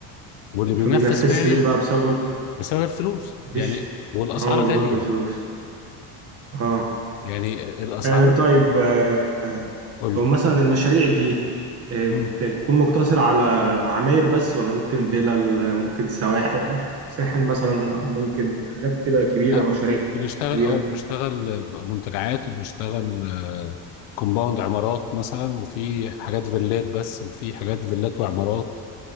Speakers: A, on the left; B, on the right.
A: واللي
B: ما
A: بينفذ
B: بينفذش
A: فعلي
B: ليه بقى بسبب
A: بسبب الفلوس
B: مفيش
A: يعني والاسعار
B: اه برضه
A: غاليه
B: فلوس اه
A: يعني الاسعار
B: آه، طيب آه، آه،
A: قول
B: هو مثلا المشاريع دي آه،
A: مم.
B: بت- بتكون مقتصرة على عماير بس ولا ممكن فيلل ممكن سواحل ساحل مثلا أو ممكن حاجات كده كبيرة
A: لا
B: مشاريع
A: بنشتغل
B: كبيرة
A: اه بنشتغل منتجعات وبنشتغل آه، كومباوند عمارات مثلا وفي حاجات فيلات بس وفي حاجات فيلات وعمارات